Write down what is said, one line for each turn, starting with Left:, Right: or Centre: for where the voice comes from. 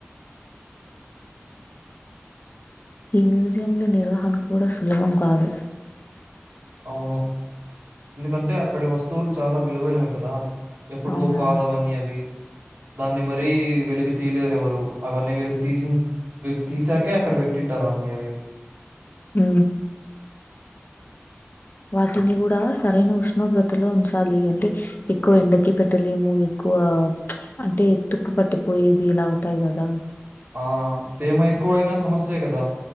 Left: ఈ మ్యూజియంలో నిర్వహణ కూడా సులభం కాదు
Right: అవును ఎందుకంటే అక్కడి వస్తువులు చాలా విలువైనవి కదా ఎప్పుడువో
Left: అవునవును.
Right: పాదవన్నీ అవి దాన్ని మరీ వెలిగి తీయలేరు ఎవరు అవన్నీ వెలికి తీసిన్ తీసాకే అక్కడ పెట్టింటారు అన్నీ అవి
Left: ఊ వాటిని కూడా సరైన ఉష్ణోగ్రతలో ఉంచాలి అంటే ఎక్కువ ఎండకి పెట్టలేము ఎక్కు అంటే తుప్పు పట్టి పోయేది ఇలా అవుతాయి కదా
Right: ఆ తేమ ఎక్కువయినా సమస్యే కదా